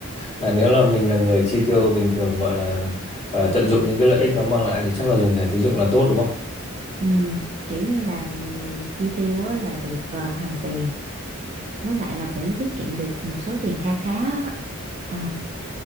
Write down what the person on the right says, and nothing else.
Ừ, kiểu như là chi tiêu á, là được à, hoàn tiền với lại là cũng tiết kiệm được một số tiền kha khá á. Ờ,